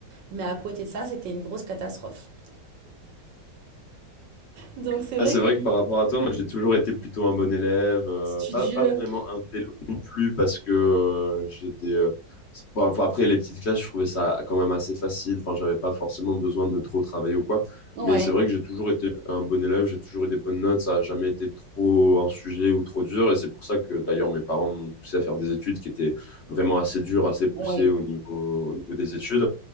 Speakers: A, on the right (about 85°); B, on the left (about 50°).
A: Mais à côté de ça, c'était une grosse catastrophe. Donc c'est vrai
B: Ah, c'est
A: que
B: vrai que par rapport à toi, moi j'ai toujours été plutôt un bon élève, euh,
A: studieux,
B: pas, pas vraiment un télo non plus parce que euh, j'étais... euh, c'est- bon, enfin, après les petites classes, je trouvais ça quand même assez facile, enfin j'avais pas forcément besoin de trop travailler ou quoi,
A: ouais,
B: mais c'est vrai que j'ai toujours été un bon élève, j'ai toujours eu des bonnes notes, ça a jamais été trop un sujet ou trop dur et c'est pour ça que d'ailleurs mes parents m'ont poussé à faire des études qui étaient vraiment assez dures, assez poussées
A: ouais.
B: au niveau, au niveau des études.